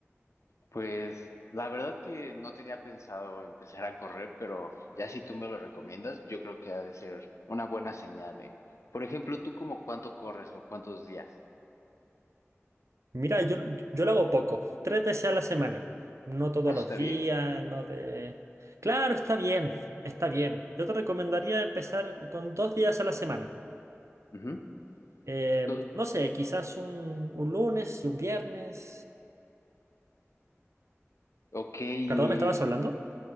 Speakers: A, on the left; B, on the right.
A: Pues la verdad que no tenía pensado empezar a correr, pero ya si tú me lo recomiendas, yo creo que ha de ser una buena señal, ¿eh? Por ejemplo, ¿tú como cuánto corres o cuántos días?
B: Mira, yo, yo lo hago poco, tres veces a la semana. No todos
A: Ah, eso
B: los
A: está
B: días,
A: bien.
B: no de... Claro, está bien, está bien. Yo te recomendaría empezar con dos días a la semana.
A: Ujú.
B: Em,
A: Do-
B: no sé, quizás un, un lunes y un viernes.
A: Ok, y...
B: ¿Perdón, me estabas hablando?